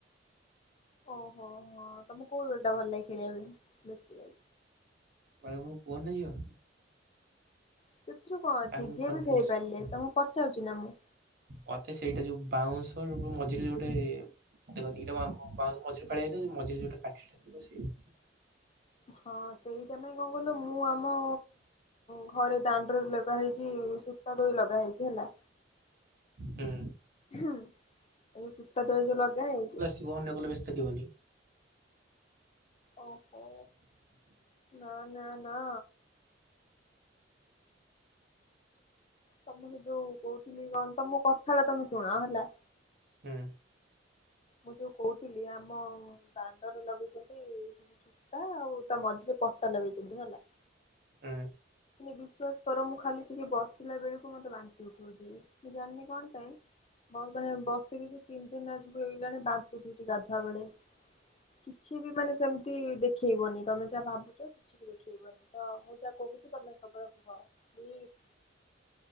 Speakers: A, on the left (about 35°); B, on the right (about 55°).
A: ଓହୋ ହୋ ତମକୁ କୋଉ ବଲଟା ଭଲ ଲାଗେ ଖେଳିବା ପାଇଁ ବ
B: ମାନେ ମୁଁ ପୁଅ ନା ଝିଅ?
A: ସେଥିରୁ କଣ ଅଛି
B: ଆଇ ଆମ୍
A: ଯିଏ
B: କନଫ୍ୟୁଜ।
A: ବି ଖଳି ପାରିଲେ ତ ମୁଁ ପଚାରୁଛି ନା ମୁଁ?
B: ମତେ ସେଇଟା ଯୋଉ ବାଉଁଶଵର ମଝିରେ ଗୋଟେ କ ଏଟା ବାଉଶ ମିରେ ଫଳଆଇଥାଉ ମିରେ ଯୋଉଟାଟି <inaudible>
A: ହଁ ସେଇଟା ପାଇଁ କଣ କଲୁ ମୁଁ ଆମ ଘରେ ଦାଣ୍ଡରେ ଲଗା ହେଇଛି ସୂତା ଦୋଇ ଲଗା ହେଇଛି ହେଲା
B: ହୁଁ
A: ଏ ସୁୂତା ଦ୍ରଜ ଲଗାଇ ଯେ
B: କି ଅନ୍ୟ କଲେ ବ୍ୟେଶସ୍ତ ଥିବନି।
A: ଓହୋ ନା ନା ନା। ତ ମୁଁ ସେ ଯୋଉ କହୁଥିଲି କଣ ତମ କଥା ଟା ତମେ ଶୁଣ ହେଲା।
B: ହୁଁ।
A: ମୁଁ ଯୋଉ କହୁଥିଲି ଆମ ଦଣ୍ଡରେ ଲଗେଇଛନ୍ତି ସୂତା ଆଉ ତା ମଝିରେ ପଟା ଲଗେଇଛନ୍ତି ହେଲା।
B: ହୁଁ।
A: ବିଶ୍ଵାସ କର ମୁଁ ଖାଲି ଟିକେ ବସିଲା ବେଳକୁ ମତେ ବାନ୍ତି ଉଠଉଛି ମୁଁ ଜାଣିନି କଣ ପାଇଁ। ବ ମାନେ ବସିଥିଲରିଛି ତିନି ଦତିିନ ନାଜକୁ ହେଇଗଲାଣି ବାଧ ଫୁଟୁଛି ଗାଧୁଆ ବେଳେ। କିଛି ବି ମାନେ ସେମିତି ଦେଖେଇବନି ତମେ ଯାହା ଭାବୁଛ କିଛି ବି ଦେଖେଇବନି। ତ ମୁଁ ଯାହା କହୁଛି ତୁମେ ଖବରକୁୁହଅ ପ୍ଲିଜ୍।